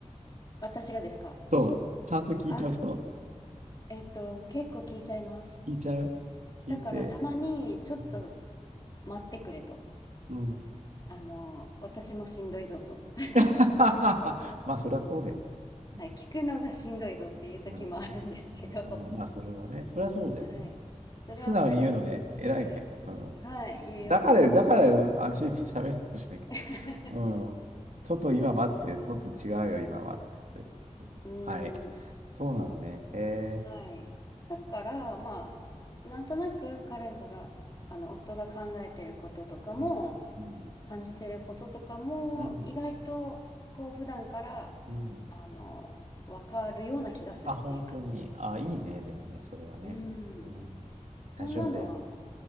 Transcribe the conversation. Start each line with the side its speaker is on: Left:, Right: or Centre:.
Left: <laughs> 私がですか
Right: そう。ちゃんと聞いちゃう人
Left: あ、えっと、結構聞いちゃいます。
Right: 聞いちゃう聞いて。
Left: だからたまにちょっと
Right: うん。
Left: 待ってくれと。
Right: うん
Left: あの、私もしんどいぞと。<laughs>
Right: <laughs> まあ、そりゃそうだよね。うん
Left: はい、聞くのがしんどいぞっていう時もあるんですけど、
Right: なるほどね。うんうんまあ、それはね。そりゃそうだよね。
Left: はい。それはそれで、
Right: 素直に言うのね。
Left: まあ、直接、
Right: 偉いね。うん。
Left: はい、言うようにして。
Right: だから、だから、安心して喋るかもしれないけ
Left: <laughs>
Right: ど。うん。ちょっと今待って、ちょっと違うよ、今は。つって。うんはい。
Left: うん。
Right: そうなのね。へえ。
Left: はい。だから、まあ、なんとなく彼が、あの、夫が考えてることとかも、
Right: うん。うん。
Left: 感じてることとかも、
Right: うん。
Left: 意外と、こう、普段から、
Right: うん。
Left: あの、わかるような気がするっていうか。
Right: あ、本当に。あ、いいね。でもね、それはね。
Left: うん。
Right: うん。
Left: そんなのは、
Right: 大丈夫だよ。